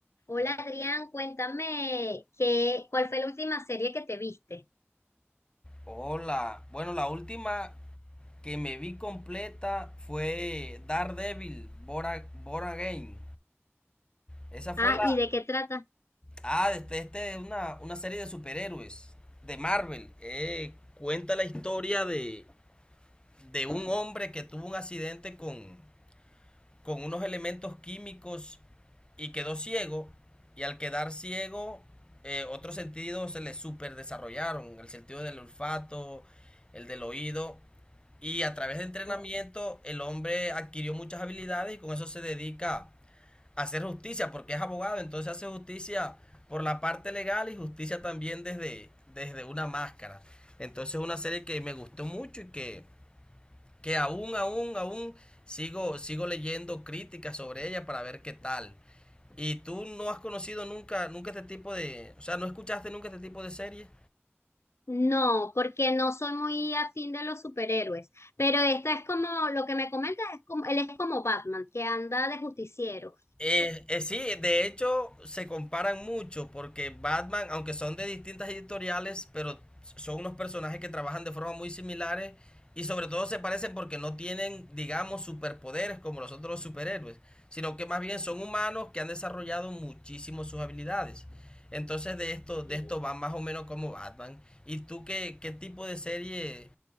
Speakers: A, on the left; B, on the left.
A: Hola Adrián, cuéntame qué, ¿cuál fue la última serie que te viste?
B: Hola, bueno, la última que me vi completa fue Daredevil, Bora, Bora Game. Esa fue
A: Ah,
B: la...
A: ¿y de qué trata?
B: Ah, este, este es una, una serie de superhéroes de Marvel. Eh, cuenta la historia de, de un hombre que tuvo un accidente con, con unos elementos químicos y quedó ciego. Y al quedar ciego, eh, otros sentidos se le super desarrollaron. El sentido del olfato, el del oído. Y a través de entrenamiento,
A: Oh,
B: el hombre adquirió muchas habilidades y con eso se dedica a hacer justicia, porque es abogado, entonces hace justicia por la parte legal y justicia también desde, desde una máscara. Entonces es una serie que me gustó mucho y que que aún, aún, aún sigo, sigo leyendo críticas sobre ella para ver qué tal. ¿Y tú no has conocido nunca, nunca este tipo de, o sea, no escuchaste nunca este tipo de series?
A: No, porque no soy muy afín de los superhéroes, pero esta es como, lo que me comentas es como, él es como Batman, que anda de justiciero.
B: Eh, eh, sí, de hecho se comparan mucho porque Batman, aunque son de distintas editoriales, pero son unos personajes que trabajan de forma muy similares y sobre todo se parecen porque no tienen, digamos, superpoderes como los otros superhéroes, sino que más bien son humanos que han desarrollado muchísimo sus habilidades. Entonces de esto,
A: <laughs>
B: de esto van más o menos como Batman. ¿Y tú qué, qué tipo de serie